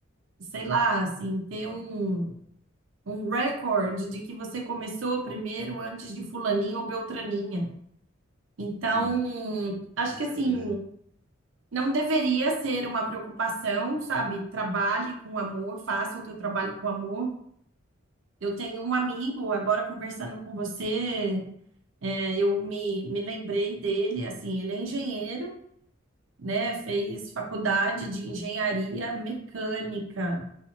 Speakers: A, on the right; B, on the right.
A: sei lá, assim, ter um, um recorde de que você começou primeiro antes de fulaninha ou beltraninha. Então,
B: Sim,
A: acho
B: com
A: que
B: certeza.
A: assim, não deveria ser uma preocupação, sabe? Trabalhe com amor, faça o teu trabalho com amor. Eu tenho um amigo agora conversando com você, É, eu me, me lembrei dele, assim, ele é engenheiro, né? Fez faculdade de engenharia mecânica